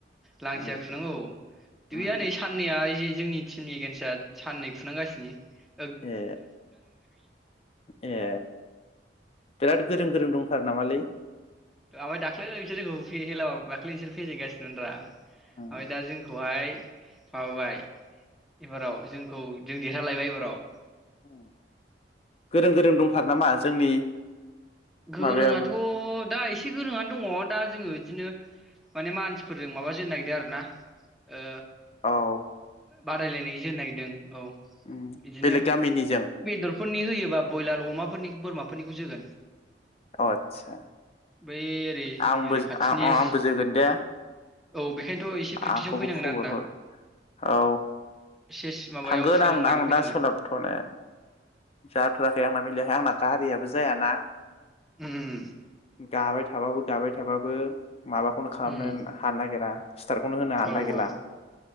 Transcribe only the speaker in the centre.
लांथिया
खुनांगौ
गैया नै साननैया जि जोंनि टिमनि एगेन्स्टआ साननै खुनां गासिनो।
ओमफ्राय दाख्लै बिसोर जोंखौ हेलाबाब दाख्लै बिसोर फेजेनगासिनोब्रा। ओमफाय
दा जोंखौ खौहाय माबाबाय एबाराव जोंखौ जों देरहालायबाय एबाराव।
हा,
गोरोङाथ
दा एसे एसे गोरोंनो दङ दा जोङो बिदिनो माने मानसिफोरजों माबा जेन नागिरदों आरो ना। ओ
बादायलायनाय जोनो नागिरदों औ
बिदिनो
बेदरफोरनि होयोबा ब्रयलार अमा फोरनि बोरमाफोरनिखौ जोगोन
बै ओरै जोंनि
ओरै खाथिनि
औ बेखायनोथ' एसे प्रेक्टिसाव
फैनांगोन
आरो ना
एसे माबायाव
सोलोंनायाव
फैनांगोन
उम उम ।
उम
औ
औ